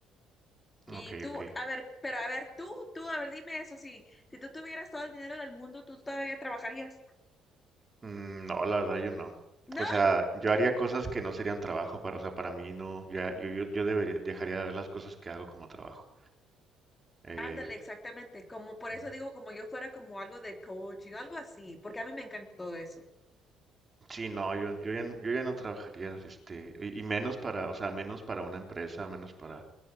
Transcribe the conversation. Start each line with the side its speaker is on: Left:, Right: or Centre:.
Left: Y
Right: Ok,
Left: tú,
Right: ok.
Left: a ver, pero a ver, tú, tú, a ver, dime eso, si, si tú tuvieras todo el dinero del mundo, ¿tú todavía trabajarías?
Right: Mm, no, la verdad yo no.
Left: No,
Right: O sea, yo haría cosas que no serían trabajo para, o sea, para mí no, ya- yo, yo, yo debería, dejaría de ver las cosas que hago como trabajo. Eh,
Left: ándale, exactamente, como por
Right: ujú.
Left: eso digo, como yo fuera como algo de coaching, algo así, porque a mí me encanta todo eso.
Right: sí, no, yo, yo ya, n- yo ya no trabajaría, este, y, y menos para, o sea, menos para una empresa, menos para